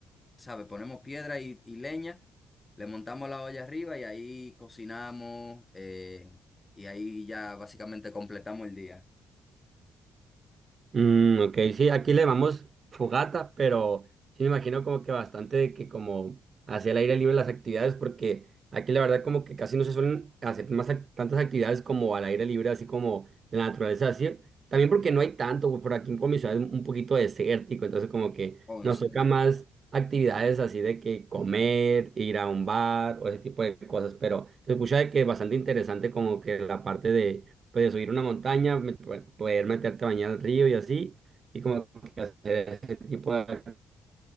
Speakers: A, on the left; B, on the right.
A: sabe, ponemos piedra y, y leña, le montamos la olla arriba y ahí cocinamos eh, y ahí ya básicamente completamos el día.
B: Mm, ok, sí, aquí le llamamos fogata, pero sí me imagino como que bastante de que como hacia el aire libre las actividades, porque aquí la verdad como que casi no se suelen hacer más ac- tantas actividades como al aire libre, así como en la naturaleza, así. También porque no hay tanto, güey, por aquí en mi ciudad es un poquito desértico, entonces como que
A: Oh,
B: nos
A: ¿en serio?
B: toca más actividades así de que comer, ir a un bar o ese tipo de cosas, pero se escucha de que es bastante interesante como que la parte de pues subir una montaña, me- bueno, poder meterte a bañar al río y así, y como que hacer ese tipo de actividades,